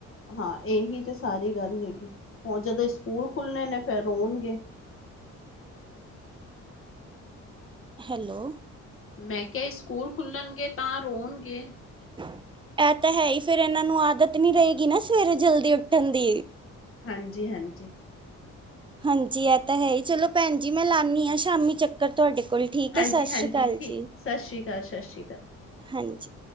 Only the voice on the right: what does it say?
ਹੈਲੋ,
ਇਹ ਤਾਂ ਹੈ ਹੀ ਫੇਰ ਇਹਨਾਂ ਨੂੰ ਆਦਤ ਨੀ ਰਹੇਗੀ ਨਾ ਸਵੇਰੇ ਜਲਦੀ ਉੱਠਣ ਦੀ
ਹਾਂਜੀ ਇਹ ਤਾਂ ਹੈ ਹੀ ਚਲੋ ਭੈਣ ਜੀ ਮੈਂ ਲਾਂਦੀ ਆਂ ਸ਼ਾਮੀ ਚੱਕਰ ਤੁਹਾਡੇ ਕੋਲ ਠੀਕ
ਹੈ ਸਤਿ
ਸ਼੍ਰੀ ਅਕਾਲ
ਜੀ
ਹਾਂਜੀ,